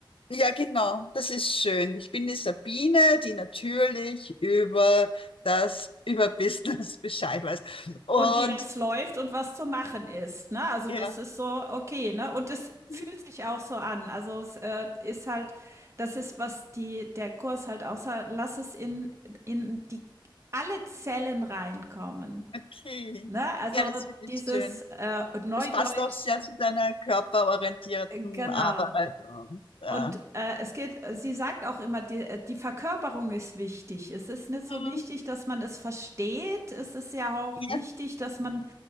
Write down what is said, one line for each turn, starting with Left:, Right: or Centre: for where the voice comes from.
Left: ja, genau. Das ist schön. Ich bin die Sabine, die natürlich über das, über Business <laughs> Bescheid weiß. Und
Right: Und wie das läuft und was zu machen ist, ne? Also
Left: ja,
Right: das ist so okay, ne? Und es fühlt
Left: ja.
Right: sich auch so an. Also es äh, ist halt, das ist, was die, der Kurs halt auch sagt, lass es in, in die alle Zellen reinkommen.
Left: okay.
Right: Ne? Also
Left: Ja, das finde ich
Right: dieses
Left: schön.
Right: äh, Neudeutsch,
Left: Es passt auch sehr zu deiner körperorientierten
Right: äh, genau.
Left: Arbeit und ja.
Right: Und äh, es geht, sie sagt auch immer, die, äh, die Verkörperung ist wichtig. Es ist nicht so
Left: Mhm.
Right: wichtig, dass man es versteht. Es ist ja auch
Left: Ja,
Right: wichtig, dass man